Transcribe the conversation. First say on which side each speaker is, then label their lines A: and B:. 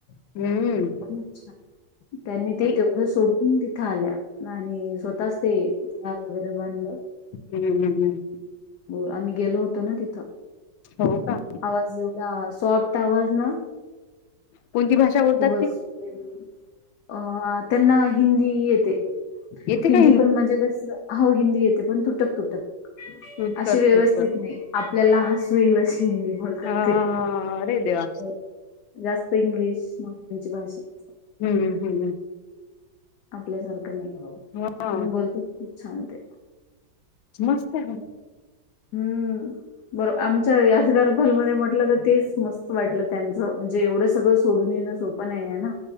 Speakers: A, on the left; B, on the left.
A: हम्म.
B: खूप छान. त्यांनी
A: नाही,
B: ते तेवढं सोडून तिथे आल्या आणि स्वतःच ते घर वगैरे बांधलं.
A: हम्म.
B: हो आम्ही गेलो होतो ना तिथं.
A: हो का
B: आवाज एवढा सॉफ्ट आवाज ना
A: कोणती भाषा? बोलतात
B: खूपच
A: ते
B: प्रेम, अं त्यांना हिंदी येते.
A: येते
B: हिंदी
A: का
B: पण म्हणजे कसं, हो हिंदी येते पण तुटक तुटक.
A: उत्तर
B: अशी व्यवस्थित
A: उत्तर
B: नाही. आपल्याला हसू येईल अशी हिंदी बोलतात
A: हा
B: ते.
A: अरे देवा
B: हो जास्त इंग्लिश मग त्यांची भाषाच
A: हम्म हम्म.
B: आपल्यासारखं नाही.
A: हा
B: पण बोलतेत खूप छान ते.
A: मस्त आहे
B: हम्म. बर आमच्या याजगार पलमध्ये म्हटलं तर तेच मस् वाटलं त्यांचं म्हणजे एवढं सगळं सोडून येणं सोपं नाहीये ना.